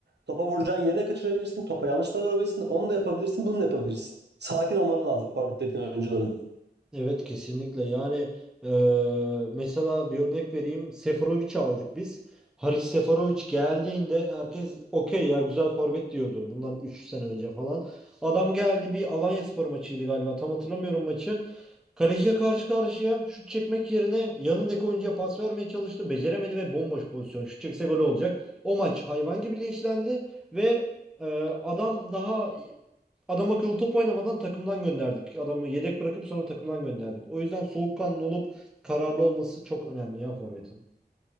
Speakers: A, on the right (about 70°); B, in the centre.
A: topa vuracağın yeri de kaçırabilirsin, topa yanlış da vurabilirsin, onu da yapabilirsin, bunu da yapabilirsin. Sakin olmaları lazım forvet dediğin oyuncuların.
B: Evet kesinlikle yani e, mesela bir örnek vereyim Seferovic'i aldık biz. Haris Seferovic geldiğinde herkes okey ya güzel forvet diyordu bundan 3 sene önce falan. Adam geldi bir Alanyaspor maçıydı galiba tam hatırlamıyorum maçı. Kaleciye karşı karşıya şut çekmek yerine yanındaki oyuncuya pas vermeye çalıştı. Beceremedi ve bomboş pozisyon. Şut çekse gol olacak. O maç hayvan gibi linçlendi ve e, adam daha adam akıllı top oynamadan takımdan gönderdik. Adamı yedek bırakıp sonra takımdan gönderdik. O yüzden soğukkanlı olup kararlı olması çok önemli ya forvetin.